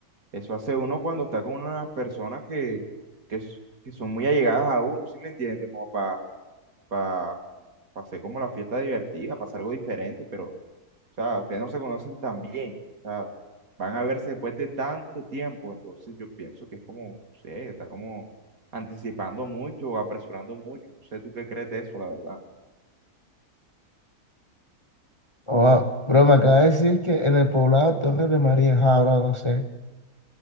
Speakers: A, on the right (about 65°); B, on the left (about 20°).
A: eso hace uno cuando está con unas personas que, que, s- que son muy allegadas a uno, ¿sí me entiendes? Como para pa, pa pa hacer como la fiesta divertida, para hacer algo diferente, pero... O sea, ustedes no se conocen tan bien. O sea, van a verse después de tanto tiempo. Entonces yo pienso que es como, no sé, está como anticipando mucho o apresurando mucho. No sé tú qué crees de eso, la verdad.
B: Oh, bro, me acaba de decir que en el poblado Torres de María, ah, bro, no sé.